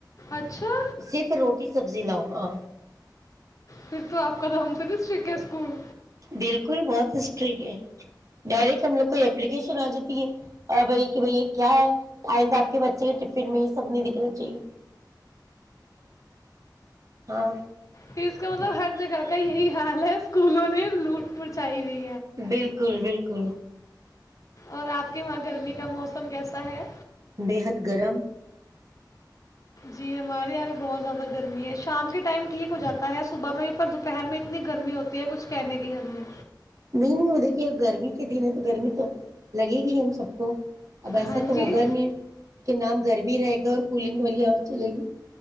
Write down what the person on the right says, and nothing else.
صرف روٹی سبزی لاؤ ہاں
بالکل بہت اسٹرک ہے ڈائریکٹ ہم لوگ کو اپلیکیشن آ جاتی ہے اور بھائی کہ بھائی یہ کیا ہے آئندہ آپ کے بچے کے ٹف میں یہ سب نہیں دکھنا چاہیے ہاں
بالکل بالکل
بے حد گرم
نہیں نہیں وہ دیکھیے گرمی کے دن ہے تو گرمی تو لگے گی ہم سب کو اب ایسا
تو
ہوگا نہیں کہ نام گھر بھی رہے گا اور کولنگ والی ہوا چلے گی